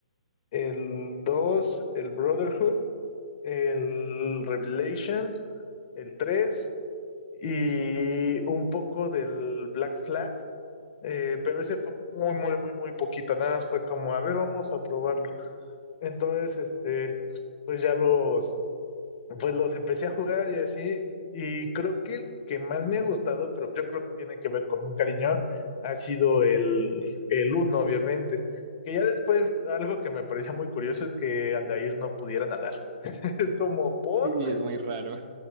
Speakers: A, on the left; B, on the right.
A: el dos el Brotherhood el Revelations, el 3 y un poco del Black Flag, eh, pero ese fue muy, muy, muy, muy poquito, nada más fue como, a ver, vamos a probarlo. Entonces, este, pues ya los, pues los empecé a jugar y así, y creo que el que más me ha gustado, pero yo creo que tiene que ver con un cariño, ha sido el, el uno obviamente. Que ya después, algo que me parecía muy curioso es que Aldair no pudiera nadar. <laughs> Es como, ¿por?
B: Sí, es muy raro.